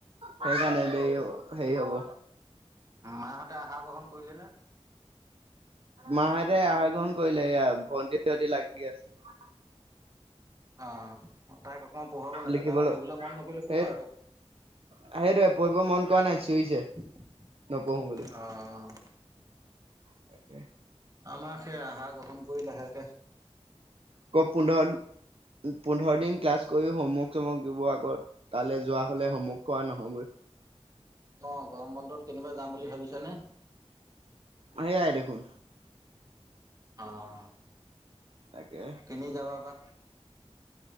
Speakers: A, on the right; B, on the right.
A: সেইকাৰণে দেৰি হেৰি হ'ব।
B: মাহঁতে আহাৰ গ্ৰহণ কৰিলেনে?
A: মাহঁতে আহাৰ গ্ৰহণ কৰিলে। এইয়া ভন্টি সিহঁতি লাগি আছে।
B: অহ, তাইক অকমান পঢ়াব লাগে।
A: লিখিবলৈ
B: তাই পঢ়িবলৈ মন নকৰিলে ক'ৰ
A: সেই
B: পৰা হ'ব।
A: সেইটোৱে পঢ়িব মন কৰা নাই চিঞৰিছে
B: <unintelligible>
A: নপঢ়ো বুলি
B: অহ।
A: তাকে।
B: আমাক সে আহা গ্ৰহণ কৰি লাহে।
A: মই পোন্ধৰ পোন্ধৰ দিন ক্লাছ। কৰিও হোমৱৰ্ক চমৱৰ্ক দিব আগত তালৈ যোৱা হলে হোমৱৰ্ক কৰা নহ'বই।
B: অহ, গৰম বন্ধত কেনিবা যাম বুলি ভাবিছানে।
A: আহিলাই দেখোন।
B: অহ।
A: তাকে
B: কেনি যাবা বা।